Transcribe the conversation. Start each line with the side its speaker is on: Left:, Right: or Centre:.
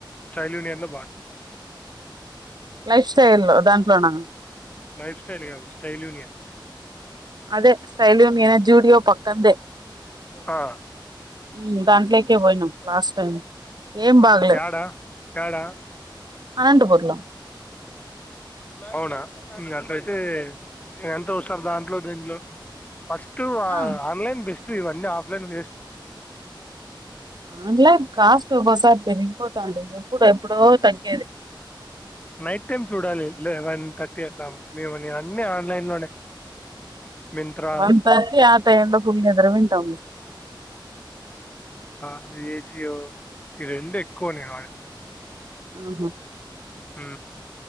Left: స్టైల్డ్ యూనియన్ లో బాగుంటాయి
Right: లైఫ్ స్టైల్ దాంట్లో నా
Left: లైఫ్ స్టైల్ కాదు స్టైల్ యూనియన్
Right: అదే స్టైల్ యూనియన్ జూడియో పక్కందే
Left: ఆ
Right: యు దాంట్లోకి పోయినం లాస్ట్ టైం ఏం బాగలేవు
Left: యాడ యాడ
Right: అనంతపూర్ లో
Left: అవునా అట్లయితే చే ఒకసారి దాంట్లో దీంట్లో ఫస్ట్
Right: ఆ
Left: ఆన్లైన్ బెస్ట్ ఇవన్నీ ఆఫ్లైన్ వేస్ట్
Right: ఆన్లైన్ కాస్ట్ ఒక్కోసారి పెరిగిపోతావుంటది ఇప్పుడు ఎప్పుడో తగ్గేది
Left: నైట్ టైమ్ చూడాలి లెవెన్ థర్టీ అట్లా మేము అన్ని ఆన్లైన్ లోనే మింత్రా
Right: వన్ థర్టీ ఆ టైమ్ లో పుల్ నిద్రపోయి ఉంటాం
Left: అజియో ఈ రెండు ఎక్కువా ఉన్నాయి
Right: ఆహా
Left: ఉ